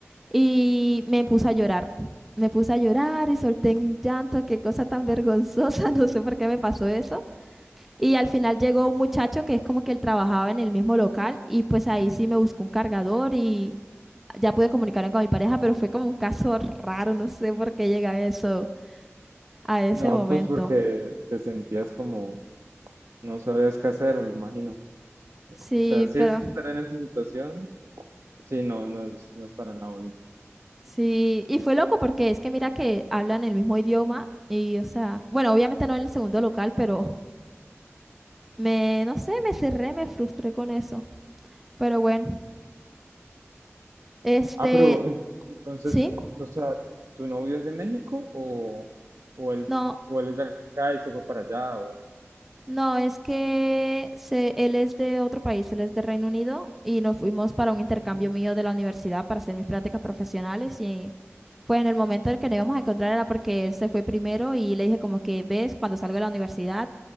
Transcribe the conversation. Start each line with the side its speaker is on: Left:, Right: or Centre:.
Centre: y me puse a llorar. Me puse a llorar y solté un llanto, qué cosa tan vergonzosa, <laughs> no sé por qué me pasó eso. Y al final llegó un muchacho que es como que él trabajaba en el mismo local y pues ahí sí me buscó un cargador y ya pude comunicarme con mi pareja, pero fue como un caso raro, no sé por qué llegué a eso, a ese
Right: No,
Centre: momento.
Right: pues porque te sentías como no sabías qué hacer, me imagino.
Centre: Sí,
Right: O sea, sí
Centre: pero
Right: es que estar en esa situación Sí, no, no es, no es para nada bonito.
Centre: sí, y fue loco porque es que mira que hablan el mismo idioma y, o sea, bueno, obviamente no en el segundo local, pero me, no sé, me cerré, me frustré con eso. Pero bueno, este,
Right: Ah, pero en- entonces,
Centre: sí,
Right: o sea, ¿tu novio es de México o, o él,
Centre: no.
Right: o él es de acá y se fue para allá? O...
Centre: No, es que se- él es de otro país, él es de Reino Unido y nos fuimos para un intercambio
Right: <laughs>
Centre: mío de la universidad para hacer mis prácticas profesionales y fue en el momento en el que nos íbamos a encontrar era porque él se fue primero y le dije como que ves, cuando salgo de la universidad